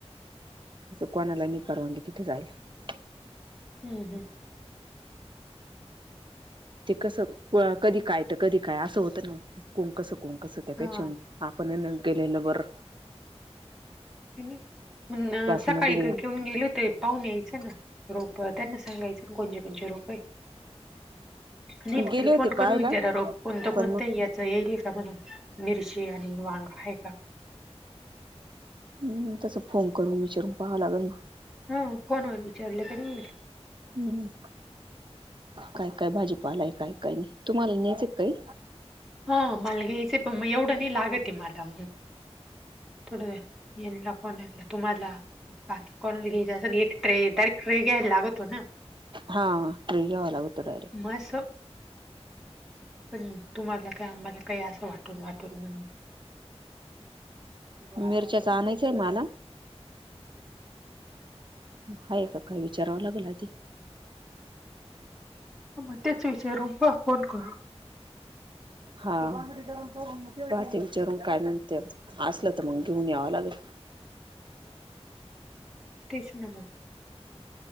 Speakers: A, on the right; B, in the centre.
A: कोणाला मी परवानगी तिथे जायला
B: हम् हम्
A: ते कस कुळा कधी काय तर कधी काय असं होतं ना कोण कसं कोण कसं त्यापेक्षा
B: हा
A: आपण केलेलं बर
B: ह मण सकाळी
A: मध्ये
B: घेऊन गेले होते पाहून यायचं ना रोप त्यांना सांगायचं ना कोणते कोणचे रोपयचे नाही तर
A: गेले
B: त्याला फोन
A: होते
B: करून
A: पाहायला
B: विचारा रो कोणतं
A: पण
B: कोणतं
A: मग
B: या येईल का म्हणून मिरची आणि वांगा आहे का
A: हम् तस फोन करून विचारून पाहावं लागेल मग
B: हो फोनवर विचारलं तरी येईल
A: हम्म काय काय भाजीपालाय काय काय नाही तुम्हाला न्यायचं काही
B: हा मला घ्यायच पण एवढं नाही लागत आहे मला थोडं येणला कोणला तुम्हाला बाकी कोणा घ्यायच असेल एक ट्रे दर ट्रे घ्यायला लागतो ना
A: हा ट्रे घ्यावा लागतो डायरेक्ट
B: मास पण तुम्हाला काय आम्हाला काही असं वाटून वाटून
A: मिरच्याच आणायचंय मला हाय का काय विचारावं लागला ती
B: मग तेच विचारून पहा फोन करू
A: हा पाहते विचारून काय म्हणते असलं तर मग घेऊन यावं लागेल
B: तेच ना म